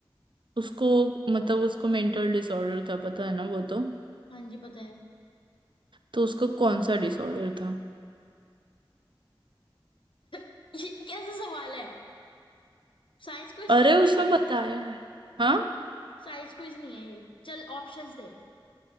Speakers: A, on the right (about 65°); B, on the left (about 70°).
A: उसको मतलब उसको मेंटल डिसऑर्डर था पता है ना वो तो
B: हाँ जी पता है
A: तो उसको कौन सा डिसऑर्डर था
B: <laughs> ये कैसा सवाल है साइंस क्विज
A: अरे
B: चल रहा है
A: उसमें
B: ये?
A: बताया है हाँ
B: साइंस क्विज नहीं है ये चल ऑप्शंस दे